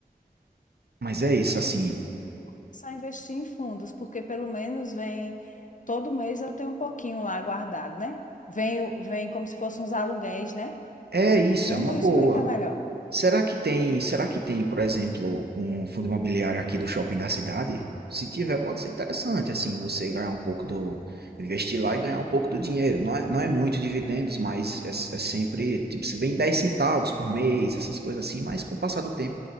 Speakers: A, on the right; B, on the left.
A: Mas
B: Então,
A: é isso, assim,
B: eu vou começar a investir em fundos, porque pelo menos vem, todo mês eu tenho um pouquinho lá guardado, né? Vem, o- vem como se fossem uns aluguéis, né?
A: é isso,
B: O fundo
A: é uma boa.
B: explica melhor.
A: Será que tem, será que tem, por exemplo, um fundo imobiliário aqui do shopping da cidade? Se tiver, pode ser interessante, assim, você ganhar um pouco do, investir lá e ganhar um pouco do dinheiro. Não é, não é muito dividendos, mas é, é sempre, tipo, se vem 10 centavos por mês, essas coisas assim, mas com o passar do tempo,